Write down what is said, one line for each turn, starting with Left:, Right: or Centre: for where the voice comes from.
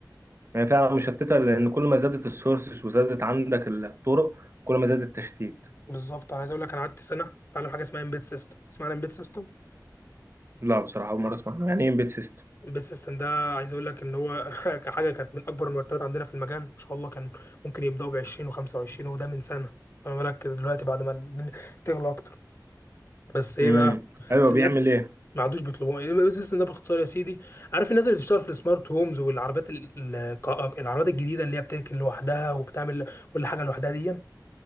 Right: هي فعلا مشتتة لأن كل ما زادت السورسز وزادت عندك الطرق كل ما زاد التشتيت
Left: بالظبط انا عايز اقول لك انا قعدت سنه اتعلم حاجه اسمها امبيد سيستم تسمع عن امبيد سيستم
Right: لا بصراحة أول مرة أسمع عنه. يعني إيه امبيد سيستم
Left: البيست سيستم ده عايز اقول لك ان هو <laughs> كحاجه كانت من اكبر المرتبات عندنا في المجال ما شاء الله كان ممكن يبداوا ب 20 و25 وده من سنه فما بالك دلوقتي بعد ما الدنيا تغلى اكتر بس ايه
Right: امم
Left: بقى
Right: أيوه
Left: بس
Right: بيعمل
Left: للاسف
Right: إيه
Left: ما عادوش بيطلبوه إيه البيست سيستم ده باختصار يا سيدي عارف الناس اللي بتشتغل في السمارت هومز والعربيات ال- ال- العربيات الجديده اللي هي بتركن لوحدها وبتعمل كل حاجه لوحدها دي